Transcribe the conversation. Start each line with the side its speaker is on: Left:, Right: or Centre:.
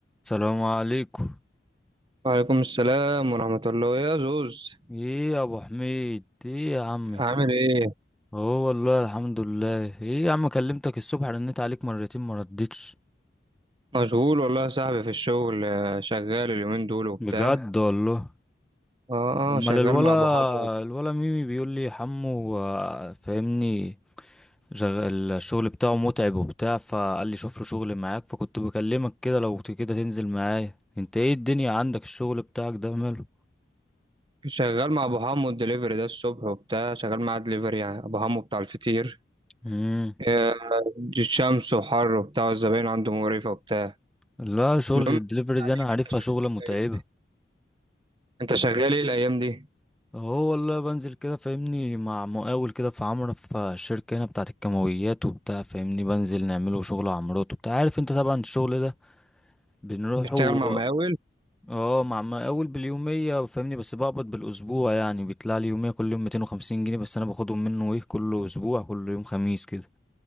Centre: السلام عليكم
Right: وعليكم السلام ورحمة الله يا زوز
Centre: ايه يا ابو حميد ايه يا عمي
Right: عامل ايه؟
Centre: هو والله الحمد لله ايه يا عم كلمتك الصبح رنيت عليك مرتين ما ردتش
Right: مشغول والله يا صاحبي في الشغل آه، شغال اليومين دول وبتاع
Centre: بجد والله
Right: اه اه
Centre: امال
Right: شغال
Centre: الولا
Right: مع ابو حمو
Centre: الولا ميمي بيقول لي حمو آه، فاهمني شغ- الشغل بتاعه متعب وبتاع فقال لي شوف له شغل معاك فكنت بكلمك كده لو ت- كده تنزل معايا انت ايه الدنيا عندك الشغل بتاعك ده ماله
Right: شغال مع ابو حمو الدليفري ده الصبح وبتاع شغال معاه دليفري يعني ابو حمو بتاع الفطير
Centre: امم
Right: آه، شمس وحر وبتاع والزباين عنده مقرفة وبتاع
Centre: لا شغلة
Right: المهم
Centre: الدليفري
Right: عليك
Centre: دي انا عارفها
Right: انت شغال
Centre: شغلة
Right: ايه
Centre: متعبة
Right: الايام دي؟ انت شغال ايه الايام دي؟
Centre: هو والله بنزل كده فاهمني مع مقاول كده في عمرة في الشركة هنا بتاعة الكيماويات وبتاع فاهمني بنزل نعمله شغل عمارات وبتاع عارف انت طبعا الشغل ده بنروحه
Right: بتشتغل
Centre: مم.
Right: مع مقاول؟
Centre: اه مع مقاول باليومية فاهمني بس بقبض بالأسبوع يعني بيطلع لي يومية كل يوم 250 جنيه بس أنا باخدهم منه ايه كل أسبوع كل يوم خميس كده